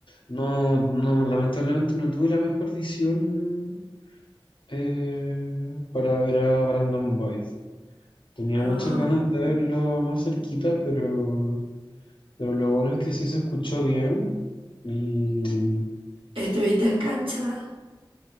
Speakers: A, on the left; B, on the right.
A: no, no, lamentablemente no tuve la mejor visión eh, para ver a Brandon Boyd. Tenía
B: ¿o ¿no?
A: muchas
B: No,
A: ganas de verlo más cerquita, pero, pero lo bueno es que sí se escuchó bien. Y
B: estuviste en cancha.